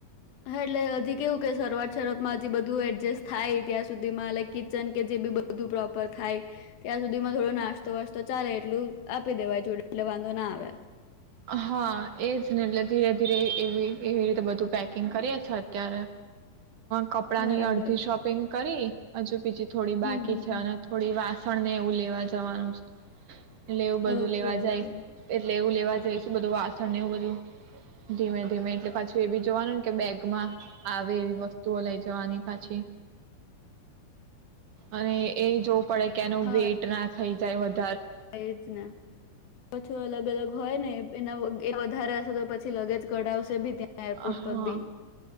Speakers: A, on the left (about 75°); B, on the right (about 65°).
A: હ અટલે હજી કેવું કે શરવાત શરવાતમાં હજી બધું એડજસ્ટ થાય ત્યાં સુધી માં લે કિચન કે જે બી બધું પ્રોપર થાય ત્યાં સુધી માં થોડો નાસ્તો વાસ્તો ચાલે એટલું આપી દેવાય જોડે. એટલે વાંધો ના આવે
B: હા એજ ને એટલે ધીરે ધીરે એ એવી રીતે બધું પેકિંગ કરીએ છે અત્યારે કપડાં
A: બરાબર
B: ની અડધી શોપિંગ કરી અજુ બીજી થોડી
A: હમ
B: બાકી
A: હમ
B: છે
A: હમ.
B: અને થોડી વાસણને એવું લેવા જવાનું છે. લેવું
A: ઓકે,
B: બધું લેવા જાય
A: ઓકે.
B: એટલે એવું લેવા જઈસ બધું વાસણ ને એવું બધું ધીમે ધીમે એટલે પાછું એ બી જોવાનુંને કે બેગમાં આવે એવી વસ્તુઓ લઈ જવાની પાછી અને એ જો પડે કે એનું
A: હા,
B: વેટ ના થઈ <unintelligible>
A: એ જ ને બથું અલગ અલગ હોય ને એના એ વધારે હશે તો પછી લગેજ કડાવશે તેભી ત્યાં એરપોર્ટ
B: હા
A: પર બી